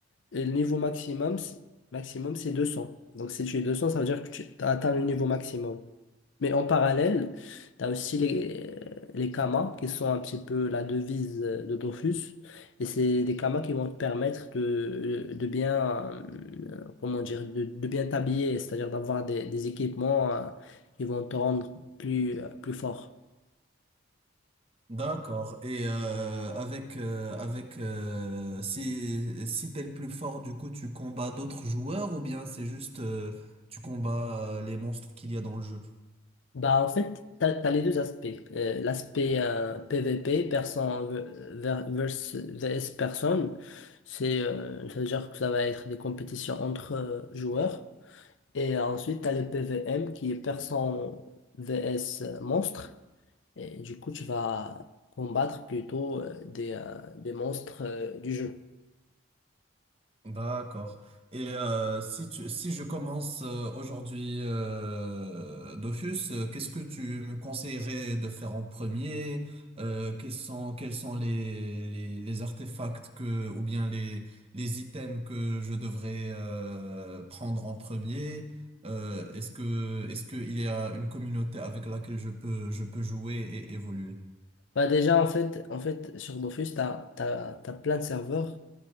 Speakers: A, on the left (about 75°); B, on the right (about 30°).
A: et le niveau maximum, c- maximum c'est 200. Donc si tu es 200, ça veut dire que tu as atteint le niveau maximum. Mais en parallèle, tu as aussi les, les kamas, qui sont un petit peu la devise euh, de Dofus. Et c'est des kamas qui vont te permettre de, de bien, euh, comment dire, de, de bien t'habiller, c'est-à-dire d'avoir des, des équipements, euh, qui vont te rendre plus, plus fort.
B: D'accord. Et euh, avec euh, avec euh, si si t'es le plus fort, du coup, tu combats d'autres joueurs ou bien c'est juste euh, tu combats euh, les monstres qu'il y a dans le jeu?
A: Bah, en fait, tu as, les deux aspects. Euh, l'aspect euh, PVP, personne ver- versus vs personne, c'est, euh, ça veut dire que ça va être des compétitions entre euh, joueurs. Et ensuite, tu as le PVM qui est personne vs monstre. Et du coup, tu vas combattre plutôt euh, des, euh, des monstres euh, du jeu.
B: D'accord. Et euh, si tu, si je commence euh, aujourd'hui euh, Dofus, euh, qu'est-ce que tu me conseillerais de faire en premier? Euh, quels sont, quels sont les, les, les artefacts que, ou bien les, les items que je devrais euh, prendre en premier? Euh, est-ce que, est-ce qu'il y a une communauté avec laquelle je peux, je peux jouer et évoluer?
A: Bah, déjà, en fait, en fait sur Dofus, tu as, plein de serveurs